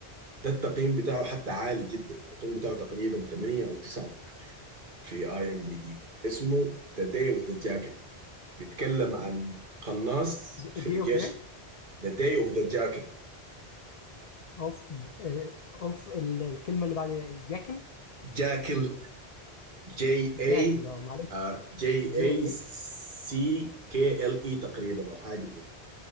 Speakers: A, on the right; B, on the left.
A: ده التقييم بتاعه حتى عالي جدا التقييم بتاعه تقريبا 8 او 9 ما عارف في اي ام بي دي اسمه ذا داي اوف ذا جاكل بيتكلم عن قناص
B: د-
A: في
B: دي
A: الجيش
B: اوف ايه
A: ذا داي اوف ذا جاكل
B: اوف د- آه، اوف ال- الكلمه اللي بعد جاكن
A: جاكل جي
B: جاكل
A: اي
B: اه معلش
A: جي
B: جي
A: اي
B: ايه
A: سي كي ال اي تقريبا او حاجه كده